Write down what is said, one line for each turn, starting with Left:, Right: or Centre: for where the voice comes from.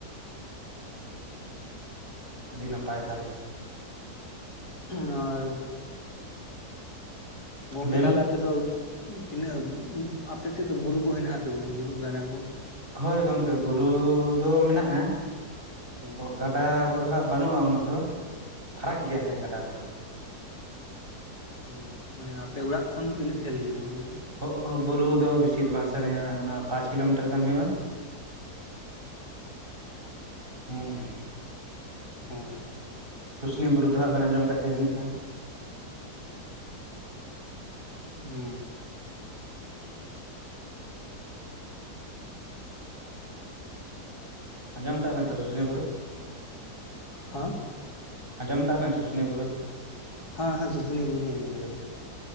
Right: ᱟᱹᱰᱤ ᱱᱟᱯᱟᱭ ᱛᱟᱦᱚᱞᱮ ᱾
Left: ᱦᱩᱸ ᱟᱨ <unintelligible> ᱜᱚᱝᱠᱮ
Right: ᱞᱟᱹᱭ
Left: ᱛᱟᱦᱚᱞᱮ
Right: ᱢᱮ
Left: ᱟᱯᱮ ᱫᱚ ᱛᱤᱱᱟᱹᱜ ᱩᱸ ᱟᱯᱮᱥᱮᱫ ᱫᱚ ᱵᱩᱨᱩ ᱠᱚ ᱦᱮᱱᱟᱜ ᱟᱥᱮ ᱵᱟᱹᱱᱩᱜ ᱵᱩᱨᱩ ᱜᱟᱰᱟ ᱠᱚ?
Right: ᱦᱚᱭ ᱜᱚᱝᱠᱮ ᱵᱩᱨᱩ ᱫᱚ ᱢᱮᱱᱟᱜᱼᱟ ᱾
Left: ᱦᱩᱸ ᱾
Right: ᱜᱟᱰᱟ ᱠᱚᱫᱚ ᱦᱟᱸᱜ ᱵᱟᱹᱱᱩᱜᱼᱟ ᱩᱱᱟᱹᱜ ᱫᱚ, ᱯᱷᱟᱨᱟᱠ ᱜᱮᱭᱟᱞᱮ ᱦᱟᱸᱜ ᱜᱟᱰᱟ ᱠᱚᱫᱚ ᱾
Left: ᱦᱩᱸ ᱢᱟᱱᱮ ᱟᱯᱮ ᱚᱲᱟᱜ ᱠᱷᱚᱱ ᱫᱚ ᱛᱤᱱᱟᱹᱜ ᱡᱷᱟᱹᱞ ᱜᱮᱭᱟ ᱵᱚᱞᱮ?
Right: ᱦᱚᱜᱼᱚ ᱵᱩᱨᱩ ᱫᱚ ᱵᱤᱥᱤ ᱫᱚ ᱵᱟᱝ ᱥᱟᱹᱜᱤᱧᱟ ᱾ ᱚᱱᱟ ᱯᱟᱸᱪ ᱠᱤᱞᱳᱢᱤᱴᱟᱨ ᱜᱟᱱ ᱦᱩᱭᱩᱜᱼᱟ ᱾ ᱦᱩᱸ ᱾
Left: ᱦᱮᱸ ᱾
Right: ᱥᱩᱥᱱᱤ ᱵᱩᱨᱩ ᱫᱚ ᱦᱟᱸᱜ ᱵᱮᱱ ᱟᱸᱚᱢ ᱟᱠᱟᱫ ᱜᱮᱭᱟ ᱡᱟᱹᱱᱤᱡ ᱠᱷᱟᱱ?
Left: ᱦᱩᱸ ᱾
Right: ᱟᱸᱡᱚᱢ ᱟᱠᱟᱜ ᱵᱮᱱ ᱛᱚ ᱥᱩᱩᱱᱤ ᱵᱩᱨᱩ?
Left: ᱦᱮᱸᱜ?
Right: ᱟᱸᱡᱚᱢ ᱠᱟᱜᱼᱟ ᱵᱮᱱ ᱥᱩᱥᱱᱤ ᱵᱩᱨᱩ?
Left: ᱦᱮᱸ ᱦᱮᱸ ᱥᱩᱥᱱᱤ ᱵᱚᱞᱤ ᱟᱸᱡᱚᱢ ᱠᱟᱫᱟ᱾